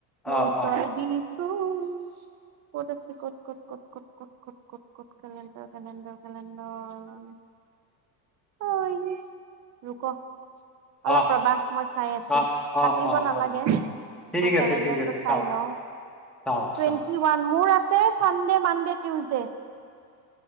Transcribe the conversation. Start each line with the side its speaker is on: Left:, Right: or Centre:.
Right: মইচৰ
Centre: অ', অ',
Right: দি চ ক'ত আছে ক'ত ক'ত ক'ত ক'ত ক'ত ক'ত ক'ত ক'ত কেলেণ্ডাৰ কেলেণ্ডাৰ কেলেণ্ডাৰ অক <unintelligible> অলপ
Centre: অ',
Right: ৰবা মই চাই আছো
Centre: অ', অ',
Right: কাটিব
Centre: অ',
Right: নালাগে
Centre: হ'ব ঠিক
Right: মই কেলেণ্ডাৰটো
Centre: আছে ঠিক আছে চাওক
Right: চাই লওঁ।
Centre: চাওক
Right: টুৱেণ্টি
Centre: চাওক
Right: ওৱান মোৰ আছে ছে সংডে মডে টিউজডে